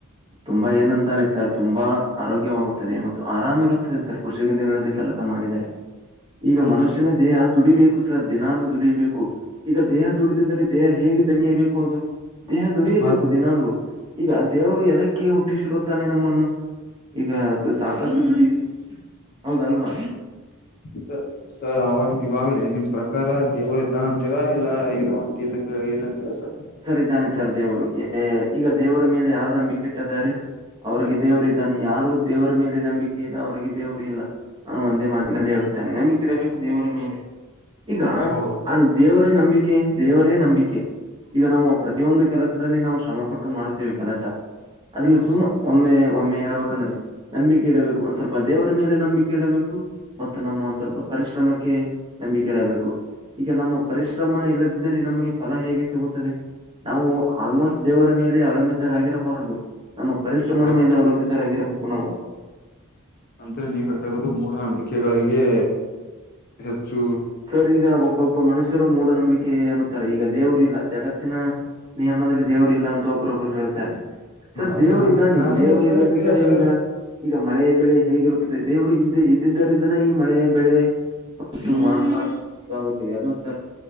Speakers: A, on the right; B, on the left.
A: ತುಂಬಾ ಏನಂತಾರೆ ಸರ್ ತುಂಬಾ ಆರೋಗ್ಯವಾಗುತ್ತದೆ ಮತ್ತು ಆರಾಮ್ ಇರುತ್ತದೆ ಸರ್ ಕೃಷಿಗೆ ದಿನಗಳಲ್ಲಿ ಕೆಲಸ ಮಾಡಿದ್ದಾರೆ ಈಗ
B: ಹೌದು
A: ಮನುಷ್ಯನೇ
B: ಸರ್
A: ದೇಹ ದುಡಿಬೇಕು ಸರ್ ದಿನಾಲೂ ದುಡಿಬೇಕು ಈಗ ದೇಹ ದುಡಿದಿದ್ದರೆ ದೇಹ ಹೇಗೆ ದನಿಯಬೇಕು ಅದು ದೇಹ ದುಡಿಯಬೇಕು
B: ಆ
A: ದಿನಾಾಲೂ ಈಗ ದೇವರು ಎದಕ್ಕೆ ಹುಟ್ಟಿಸಿರುತ್ತಾನೆ ನಮ್ಮನ್ನು ಈಗದು ಸಾಕಷ್ಟು ದುಡ ಹೌದು ಅಲ್ವಾ
B: ಸ ಸರ್ ಅವಾಗ ಇವಾಗ್ಲಿ ನಿಮ್ ಪ್ರಕಾರ ದೇವರು ಇದ್ದಾನ ಅಂತೀರಾ ಇಲ್ಲ ಇಲ್ಲ ಇ ಇಲ್ಲ ಅಂತೀರಾ ಸರ್
A: ಸರ್ ಇದ್ದಾನೆ ಸರ್ ದೇವರು ಈಗ ದೇವರ ಮೇಲೆ ಯಾರು ನಂಬಿಕೆ ಇಟ್ಟಿದ್ದಾರೆ ಅವ್ರಿಗೆ ದೇವರು ಇದ್ದಾನೆ ಯಾರು ದೇವರ ಮೇಲೆ ನಂಬಿಕೆ ಇಲ್ಲ ಅವ್ರರಿಗೆ ದೇವರು ಇಲ್ಲ ಅವಾನು ಒಂದೇ ಮಾತಿನಲ್ಲಿ ಹೇಳುತ್ತಾನೆ ನಂಬಿಕಿ ಇಡಬೇಕು ದೇವರ ಮೇಲೆ ಈಗ
B: ಹೌದಾ
A: ದೇವರೇ ನಂಬಿಕೆ ದೇವರೇ ನಂಬಿಕೆ ಈಗ ನಾವು ಪ್ರತಿಯೊಂದು ಕೆಲಸದಲ್ಲಿ ನಾವು ಶ್ರಮ ಪಟ್ಟು ಮಾಡುತ್ತೇವೆ ಕೆಲಸ ಅದ್ರಲ್ಲಿ
B: ಹೌ
A: ಸುಮ್ಮ
B: ಸರ್
A: ಒಮ್ಮೆ ಒಮ್ಮೆ ಹೇಳ್ಬೇಕಂದ್ರೆ ನಂಬಿಕೆ ಇಡಬೇಕು ಒಂದ್ ಸ್ವಲ್ಪ ದೇವರ ಮೇಲೆ ನಂಬಿಕೆ ಇಡಬೇಕು ಮತ್ತು ನಮ್ಮ ಒಂದ್ ಸ್ವಲ್ಪ ಪರಿಶ್ರಮಕ್ಕೆ ನಂಬಿಕೆ ಇಡಬೇಕು ಈಗ ನಮ್ಮ ಪರಿಶ್ರಮ ಇಲ್ಲದಿದ್ದರೆ ನಮಗೆ ಫಲ ಹೇಗೆ ಸಿಗುತ್ತೆ ನಾವು ಆಲ್ಮೋಸ್ಟ್ ದೇವರ ಮೇಲೆ ಅವಲಂಬಿತರಾಗಿರಬಾರದು ನಮ್ಮ ಪರಿಶ್ರಮದ
B: ಮೋಡ
A: ಮೇಲೆ ಅವಲಂಬಿತರಾಗಿರ ನಾವು
B: ಅಂದ್ರೆ ನೀವ್ ಹೇಳ್ತಾ ಇರೋದು ಮೂಡ ಅಂಬಿಕೆಗಳಿಗೆ ಹೆಚ್ಚು
A: ಸರ್ ಈಗ ಒಬ್ಬೊಬ್ಬ ಮನುಷ್ಯರು ಮೂಢನಂಬಿಕೆ ಅನ್ನುತ್ತಾರೆ ಈಗ ದೇವರು ಇಲ್ಲ ಜಗತ್ತಿನ ನಮ್ಮನದಲ್ಲಿ ದೇವ್ರ ಇಲ್ಲ ಅಂತ ಒಬ್ಬೊಬ್ರು ಹೇಳ್ತಾರೆ ಸರ್
B: ಅದೇ
A: ದೇವರು
B: ನಾನೇ
A: ಇದ್ದಾನೆ
B: ನಾನೇ
A: ದೇವರು
B: ಹೇಳ ಸರ್
A: ಇಲ್ಲದಿದ್ದರೆ
B: ಇಲ್ಲ ಸರ್
A: ಈಗ ಈಗ ಮಳೆ ಬೆಳೆ ಹೇಗಿರುತ್ತದೆ ದೇವರು ಇದ್ದ ಇದ್ದಿದ್ದರಿಂದನೇ ಈ ಮಳೆ ಬೆಳೆ ಮತ್ತು
B: ಹ
A: ಮಾಡ ಈಗ ಆಗಿದೆ ಅಲ್ವತ್ತ